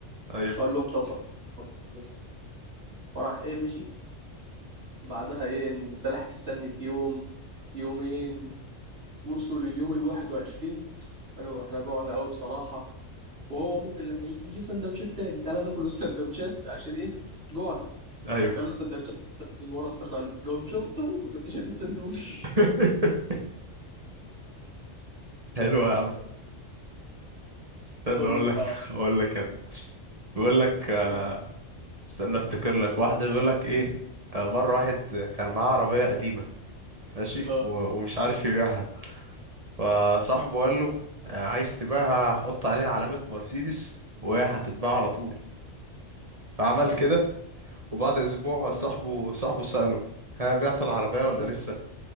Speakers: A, on the right; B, on the right.
A: ايوه
B: فقال لهم طب خلاص روح فراح ايه مشي بعدها ايه السلاحف استنت يوم يومين وصلوا لليوم الواحد وعشرين قالوا احنا جوعنا قوي بصراحة وهو ممكن لما يجي نجيب سندوتشات تاني تعالى ناكل السندوتشات عشان ايه جوعنا
A: ايوه
B: فكلوا السندوتشات من ورا الصخرة قال لهم شفتوا ما كنتش هتستنوني <laughs>
A: <laughs> حلو يا عم استنى
B: هو اللي
A: اقول
B: بتاع
A: لك اقول لك انا بيقول لك آه،
B: اه
A: استنى افتكر لك واحده بيقول لك ايه آه، مره واحد كان معاه عربيه قديمه ماشي
B: اه
A: و- ومش عارف يبيعها فصاحبه قال له آه، عايز تبيعها حط عليها علامه مرسيدس وهي هتتباع على طول فعمل
B: اه
A: كده وبعد اسبوع
B: اه
A: صاحبه صاحبه سأله ها بعت العربيه ولا
B: اه
A: لسه